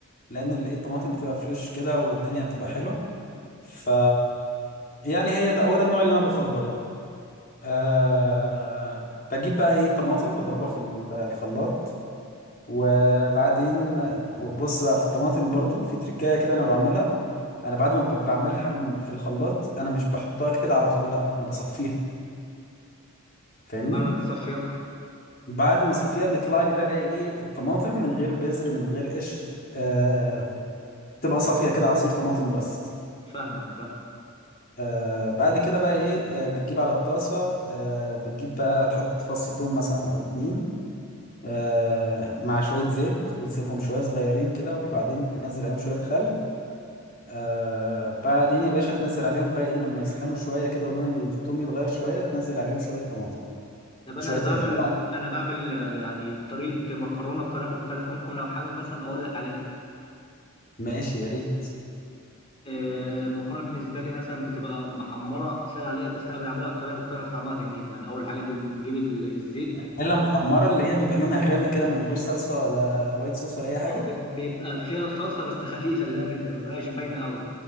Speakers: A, on the left; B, on the left.
A: لان ال- ايه الطماطم بتبقى فريش كده والدنيا بتبقى حلوه ف يعني هي ده هو ده النوع اللي انا بفضله أه بجيب بقى ايه طماطم بضربها في ال- الخلاط وبعدين بص بقى في الطماطم برضو في تركاية كده انا بعملها انا بعد ما ب- بعملها م- في الخلاط انا مش بحطها كده على طول لا انا بصفيها فاهمني
B: بعملها بالصفيه
A: بعد ما اصفيها بيطلع لي بقى ايه الطماطم من غير بذر من غير قشر آه تبقى صافيه كده عصير طماطم بس
B: فاهمك فاهمك
A: آه بعد كده بقى ايه آه بتجيب على الطاسه آه بتجيب بقى تحط فص ثوم مثلا او اتنين آه مع شويه زيت وتسيبهم شويه صغيرين كده وبعدين تنزل عليهم شويه خل آه بعدين يا باشا تنزل عليهم بقى ايه لما يسخنوا شويه كده ولون التوم يتغير شويه تنزل عليهم شويه طماطم
B: طب انا
A: شوية
B: بعمل
A: <laughs>
B: انا بعمل آه، يعني طريقه مكرونه بطريقه مختلفه ممكن لو حابب مثلا اقول لك عليها
A: ماشي يا ريت
B: آه، المكرونه بالنسبه لي مثلا بتبقى محمره سهل عليها بس انا بعملها بطريقه مختلفه طعمها جميل يعني اول حاجه بن- بنجيب ال- الزيت
A: بانيلا محمرة اللي هي بيبقى لونها غامق كده من غير صلصة ولا وايت صوص ولا أي حاجة
B: آه، بي- بيبقى فيها صلصه بس خفيفه اللي هي ما بتبقاش باينه قوي